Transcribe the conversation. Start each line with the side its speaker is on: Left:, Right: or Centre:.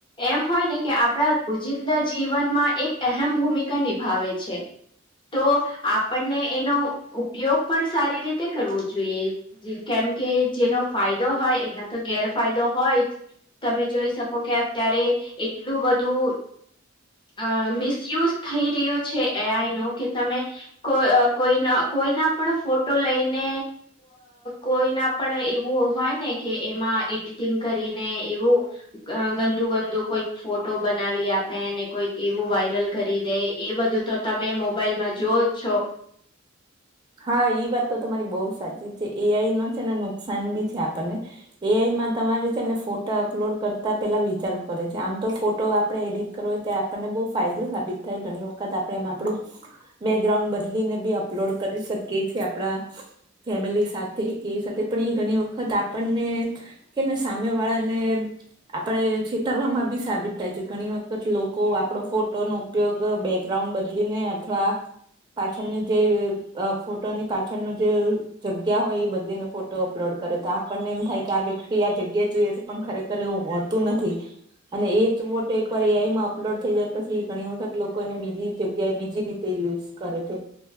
Left: એમ હોય ને કે આપણા રોજિંદા જીવનમાં એક અહેમ ભૂમિકા નિભાવે છે તો આપણને એનો ઉપયોગ પણ સારી રીતે કરવો જોઈએ જી કેમકે જેનો ફાયદો હોય એના તો ગેરફાયદો હોય તમે જોઈ શકો કે અત્યારે એટલું બું અ મિસયુઝ થઈ રહ્યો છે એઆઈ ન કે તમે કો કોઈના કોઈના પણ ફોટો લઈને કોઈના પણ એવું હોય ને કે એમાં એડિટિંગ કરી અનેને એવું ગંદુ ગંદુ કોઈક ફોટો બનાવી આપે ને કોઈક એવું વાયરલ કરી દે એ બધું તો તમે મોબાઈલમાં જોઓ જ છો
Right: હા ઈ વાત તો તમારી બહુ સાચી છે એઆઈ ન છે ને નુકસાન બી છે આપણને એઆઈમાં તમારે છે ને ફોટા અપલોડ કરતા પેલા વિચારું કરે છે આમ તો ફોટો આપડણે એડિટ કર હોય ત્યારે આપણને બહુ ફાયદો સાબિત થાય ઘણી વખત આપડણે એમાં આપડું બેકગ્રાઉન્ડ બદલીને બી અપલોડ કરી શકીએ છીએ આપડા ફેમિલી સાથે કે સાથે પણ એ ઘણી વખત આપણને કેને સામે વાળા ને આપણે છેતરવામાં બી સાબિત થાય છે ઘણી વખત લોકો આપડો ફોટો નો ઉપયોગ બેકગ્રાઉન્ડ બદલીને અથવા પાછળની જે અ ફોટોની પાછળનું જે જગ્યા હોય એ બદલીનો ફોટો અપલોડ કરે તો આપણને એમ થાય કે આ વ્યક્તિ આ જગ્યા જોઈએ છે. પણ ખરેખર એવું હોતું નથી. અને એ જ ફોટો એકવાર એઆઈ માં અપલોડ થઈ જાય પછી ઘણી વખત લોકો એને બીજી જગ્યાએ બીજી રીતે તે યુઝ કરે છે.